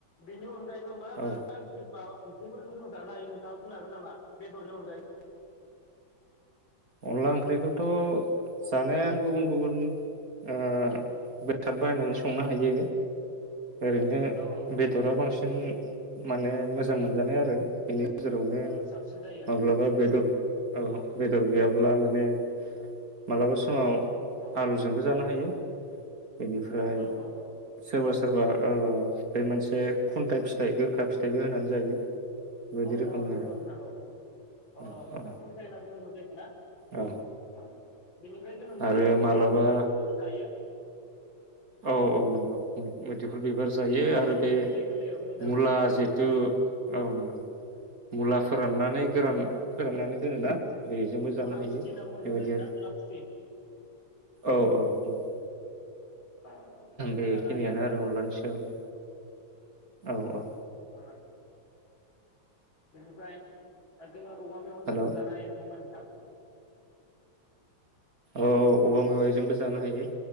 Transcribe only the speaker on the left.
बिनि अनगायै खौ मा मा
जि माबा बेफोरखौ जों जानो हायो नोंथाङा बुंनो हागोन नामा बेदरनि अनगायै
औ औ
ओ साबसिन जायो औ
औ
औ
औ
अ
नंगौ
नोंथां औ
अ बेखौ
खुन्थाइ होनना बुङोमोन जे नोगोना
औ बेनिफ्राय जोङो मैदेरफुल
मैदेरफुल बिबारजोंबो जायो
बिनि
बिलाइ गोरलैयाबो मोजां
औ
अ
मुला
खुथि होनना बुङो
जों जायखौ
ना मुला खुथि
अ, बेजोंबो
जानो हायो आरो न
औ बेनिफ्राय दा जोङो औवा मेवायफोरजों
जानो हायो नङा होनबो नो ओं।